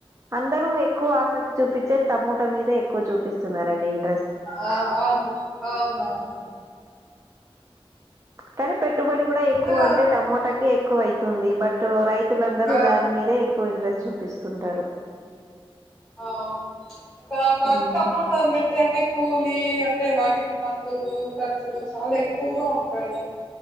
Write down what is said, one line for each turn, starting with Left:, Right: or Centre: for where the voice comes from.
Right: అందరూ ఎక్కువ ఆసక్తి చూపిచేది టమోటా మీదే ఎక్కువ చూపిస్తున్నారండి ఇం
Centre: ఆ అవు అవునవును
Right: కానీ పెట్టుబడి కూడా ఎక్కువ
Centre: ఆ
Right: అంటే టమోటాకి ఎక్కువ అయితుంది బట్టు రైతులందరూ
Centre: అవును
Right: దాని మీదే ఎక్కువ ఇంట్రెస్ట్ చూపిస్తుంటారు
Centre: ఆ అవును ఇంకా గంత
Right: ఉమ్
Centre: అమౌంట్ అది పెడతాయంటే కూ లి అంటే వాటికి మందులు ఖర్చులు చాలా ఎక్కువగా ఉంటాయి